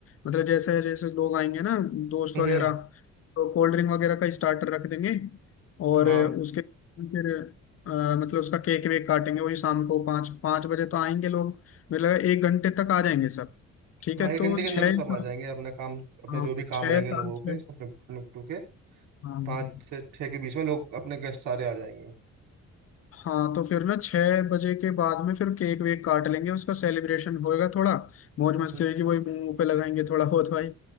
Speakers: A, on the left; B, on the right.
A: मतलब जैसे जैसे लोग आएंगे ना दोस्त
B: हम्म
A: वगैरह तो कोल्ड ड्रिंक वगैरह का स्टार्टर रख देंगे और
B: हाँ
A: उसके फिर अ, मतलब उसका केक वेक काटेंगे वही शाम को पाँच पाँच बजे तो आएंगे लोग मेरे लगा एक घंटे तक आ जाएंगे सब ठीक
B: हाँ
A: है
B: एक
A: तो
B: घंटे के
A: छः
B: अंदर तो सब
A: सा-
B: आ जाएंगे अपने काम अपने
A: हाँ
B: जो भी काम
A: छः
B: रहेंगे
A: साढ़े
B: लोगों
A: छः
B: के सब निपटू निपटू के
A: हाँ
B: पाँच
A: हाँ
B: से छः के बीच में लोग अपने गेस्ट सारे आ जाएंगे
A: हाँ तो फिर ना छह बजे के बाद में फिर केक वेक काट लेंगे उसका सेलिब्रेशन होएगा थोड़ा मौज
B: हम्म
A: मस्ती होगी वही मुंह मुंह पे लगाएंगे थोड़ा बहुत भाई